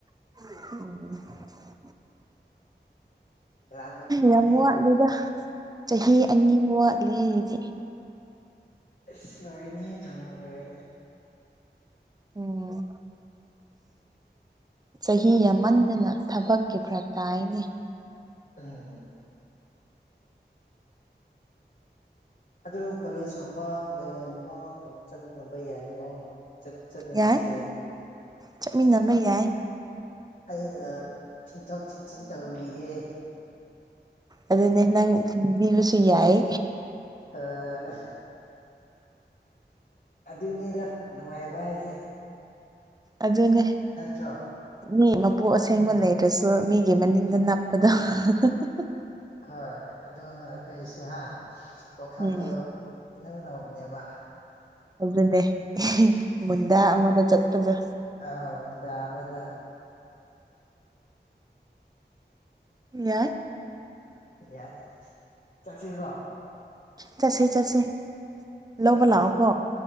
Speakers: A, on the right; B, on the left.
A: <inaudible>
B: ꯂꯥꯟꯅ ꯈꯟꯅꯨꯍꯦ
A: ꯌꯥꯝ ꯋꯥꯠꯂꯤꯗ ꯆꯍꯤ ꯑꯅꯤ ꯋꯥꯠꯂꯤ ꯑꯩꯒꯤꯗꯤ
B: ꯏꯁ ꯂꯣꯏꯔꯅꯤ ꯊꯨꯅ ꯂꯣꯏꯔꯅꯤ
A: ꯎꯝ ꯆꯍꯤ ꯌꯥꯝꯃꯟꯗꯅ ꯊꯕꯛꯀꯤ ꯐꯔꯛ ꯇꯥꯏꯅꯦ
B: ꯎꯝ ꯑꯗꯨ ꯀꯣꯂꯦꯖꯀꯨꯝꯕ ꯀꯩꯀꯩꯒꯨꯝꯕ ꯑꯗꯨꯝ ꯆꯠꯃꯤꯟꯅꯕ ꯌꯥꯅꯤꯀꯣ ꯆꯠꯃꯤꯟꯅꯁꯦ
A: ꯌꯥꯏ ꯆꯠꯃꯤꯟꯅꯕ ꯌꯥꯏ
B: ꯑꯩꯅ ꯊꯤꯟꯊꯣꯛ ꯊꯤꯟꯁꯤꯟ ꯇꯧꯕꯤꯒꯦ
A: ꯑꯗꯨꯅꯦ ꯅꯪ ꯊꯟꯕꯤꯔꯁꯨ ꯌꯥꯏ
B: <unintelligible> ꯑꯗꯨꯅꯤꯗ ꯅꯨꯡꯉꯥꯏꯕ ꯍꯥꯏꯁꯦ
A: ꯑꯗꯨꯅꯦ
B: ꯅꯠꯇ꯭ꯔꯣ
A: ꯃꯤ ꯃꯄꯨ ꯑꯁꯦꯡꯕ
B: ꯎꯝ
A: ꯂꯩꯔꯁꯨ ꯃꯤꯒꯤ ꯃꯅꯤꯡꯗ ꯅꯞ ꯄꯗꯣ <unintelligible>
B: ꯍꯣꯏ ꯑꯗꯨꯅ ꯑꯩꯈꯣꯏꯁꯨ ꯍꯥ ꯋꯥꯈꯜꯗꯨ
A: ꯎꯝ
B: ꯏꯅꯧ ꯅꯧꯕꯅꯦꯕ
A: ꯑꯗꯨꯅꯦ ꯃꯨꯟꯗꯥ ꯑꯃꯗ ꯆꯠꯄꯗꯣ
B: ꯑ ꯃꯨꯟꯗꯥ ꯑꯃꯥꯗ
A: ꯌꯥꯏ
B: ꯌꯥꯏ ꯆꯠꯁꯤꯒꯣ
A: ꯆꯠꯁꯤ ꯆꯠꯁꯤ ꯂꯧꯕ
B: ꯎꯝ
A: ꯂꯥꯛꯑꯣ ꯀꯣ